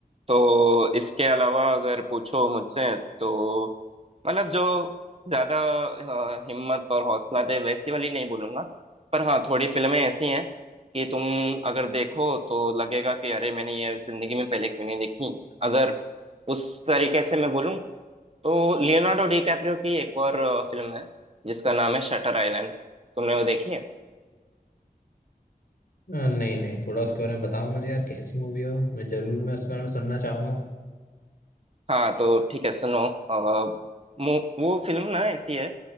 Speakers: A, on the right; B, on the left.
A: तो इसके अलावा अगर पूछो मुझसे तो मतलब जो ज्यादा अ, हिम्मत और हौसला दे वैसी वाली नहीं बोलूंगा पर हाँ थोड़ी फिल्में ऐसी हैं कि तुम अगर देखो तो लगेगा कि अरे मैंने ये जिंदगी में पहले क्यों नहीं देखी अगर उस तरीके से मैं बोलूँ तो लियोनार्डो डिकैप्रियो की एक और अ, फिल्म है जिसका नाम है शटर आइलैंड तुमने वो देखी है
B: अ, नहीं नहीं थोड़ा उसके बारे में बताओ मुझे यार कैसी मूवी हो मैं जरूर मैं उसके बारे में सुनना चाहूंगा
A: हाँ तो ठीक है सुनो अ, मु- वो फिल्म ना ऐसी है